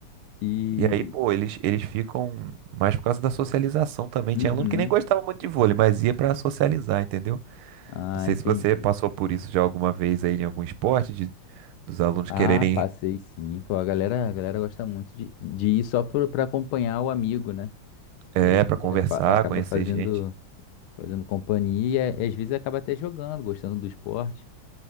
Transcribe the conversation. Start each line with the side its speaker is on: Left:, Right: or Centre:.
Left: E.
Right: E aí, pô, eles, eles ficam mais por causa da socialização também.
Left: Uhum.
Right: Tinha aluno que nem gostava muito de vôlei, mas ia pra socializar, entendeu?
Left: Ah,
Right: Não sei
Left: entendi.
Right: se você passou por isso já alguma vez aí em algum esporte, de, dos alunos
Left: Ah,
Right: quererem,
Left: passei sim. Pô, a galera, a galera gosta muito de, de ir só pro- pra acompanhar o amigo, né?
Right: é,
Left: E aí
Right: para conversar,
Left: é, fa- acaba
Right: conhecer
Left: fazendo,
Right: gente.
Left: fazendo companhia e é, às vezes acaba até jogando, gostando do esporte.